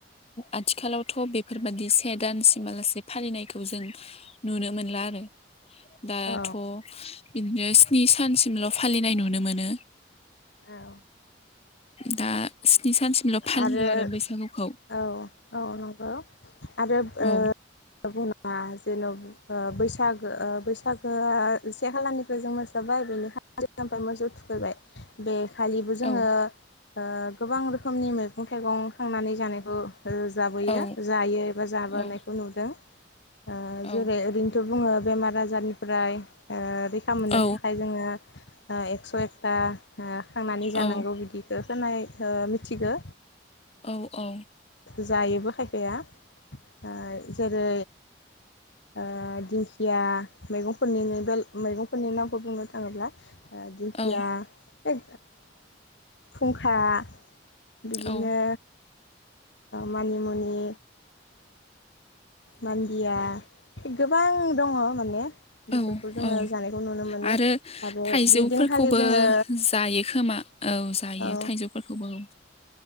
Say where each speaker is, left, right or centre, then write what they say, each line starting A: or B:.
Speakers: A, on the left (about 35°); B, on the left (about 70°).
A: आथिखालावथ' बेफोरबादि से दानसिमालासे फालिनायखौ जों नुनो मोनला आरो दाथ'
B: औ
A: बिदि स्नि सानसिमल' फालिनाय नुनो मोनो
B: ओ
A: दा स्नि सानसिमल' फालियो
B: आरो
A: बैसागुखौ
B: औ औ नंगौ आरो
A: औ
B: ओ बुङा जेन' बैसागो बैसागोआ से खालानिफ्राय जों मोसाबाय बेनि खा ओमफ्राय मोसौ थुखैबाय। बे खालिबो जोङो
A: औ
B: ओ गोबां रोखोमनि मैगं थाइगं खांनानै जानायखौ जाबोयो
A: औ
B: जायो एबा जाबोनायखौ
A: औ
B: नुदों। ओ
A: औ
B: जेरै ओरैनोथ' बुङो बेमार आजारनिफ्राय ओ रैखा मोननो
A: औ
B: थाखाय ओ जोङो ओ एकस' एकता खांनानै जानांगौ
A: औ
B: बिदिखो <unintelligible> नाय हो मिथिगो
A: औ औ।
B: जायोबो खायफाया ओ जेरै ओ दिंखि <unintelligible> मैगंफोरनि मैगंफोरनि नाम गुबुनो थाङोब्ला दिंखिया
A: औ
B: बे फुंखा बिदिनो
A: औ
B: मानि मुनि मान्दिया गोबां दङ माने। बेफोरखौ
A: औ
B: जोङो
A: औ
B: जानायखौ नुनो मोनो
A: आरो
B: आरो
A: थाइजौफोरखौबो
B: बिदिनखालि जोङो
A: जायो खोमा औ जायो
B: औ
A: थाइजौफोरखौबो औ